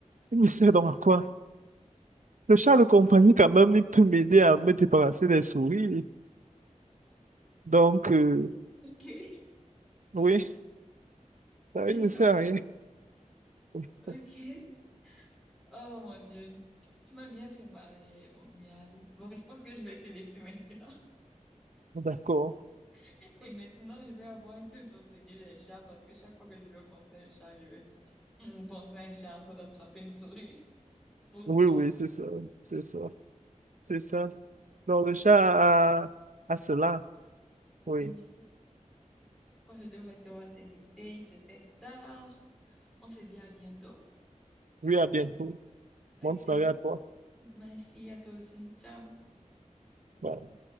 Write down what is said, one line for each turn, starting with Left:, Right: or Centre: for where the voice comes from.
Right: il me sert donc à quoi? Le chat de compagnie, quand même, il peut m'aider à me débarrasser des souris. Donc, euh,
Centre: Ok, <laughs>
Right: oui, ça,
Centre: d'accord,
Right: il ne me sert à rien. <laughs>
Centre: ok. Oh mon Dieu, tu m'as bien fait marrer, Omial. Bon, je pense que je vais te laisser maintenant.
Right: D'accord.
Centre: <laughs> Et maintenant, je vais avoir une toute autre idée des chats parce que chaque fois que je vais penser à un chat, je vais hum, penser à un chat en train d'attraper une souris <laughs> pour
Right: Oui,
Centre: toi.
Right: oui, c'est ça. C'est ça. C'est ça. Donc, le chat a, a cela. Oui.
Centre: Mhm. Ouais, je vais devoir te laisser, il se fait tard. On se dit à bientôt.
Right: Oui, à bientôt.
Centre: Ok.
Right: Bonne soirée à toi.
Centre: Merci à toi aussi. Ciao.
Right: Bye.